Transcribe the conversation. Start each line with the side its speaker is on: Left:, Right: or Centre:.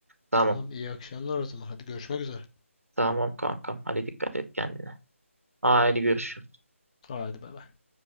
Right: Tamam.
Left: Tamam iyi akşamlar o zaman. Hadi görüşmek üzere.
Right: Tamam kankam. Hadi dikkat et kendine. Haydi görüşürüz.
Left: Hadi bay bay.